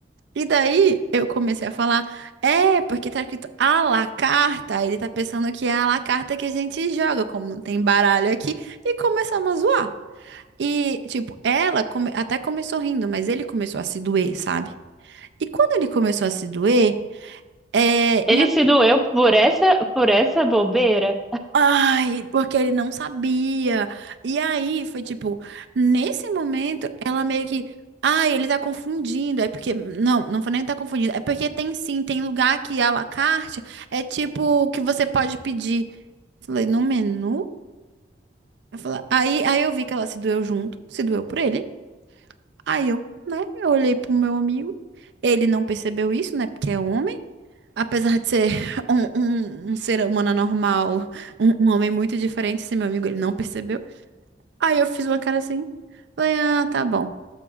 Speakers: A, on the right (about 65°); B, in the centre.
A: E daí eu comecei a falar, é, porque tá escrito à la carta, aí ele tá pensando que é à la carta que a gente joga, como não tem baralho aqui, e começamos a zoar. E, tipo, ela come- até começou rindo, mas ele começou a se doer, sabe? E quando ele começou a se doer, é
B: Ele se doeu por essa, por essa bobeira?
A: Ai, porque ele não sabia. E aí foi tipo, nesse momento, ela meio que. Ai, ele tá confundindo. É porque. Não, não foi nem que tá confundindo. É porque tem sim, tem lugar que à la carte é tipo o que você pode pedir. Falei, no menu? Eu falei, aí, aí eu vi que ela se doeu junto, se doeu por ele. Aí eu, né, eu olhei pro meu amigo. Ele não percebeu isso, né, porque é homem. Apesar de ser <laughs> um, um um ser humano normal. Um, um homem muito diferente, esse meu amigo, ele não percebeu. Aí eu fiz uma cara assim, falei, ah, tá bom.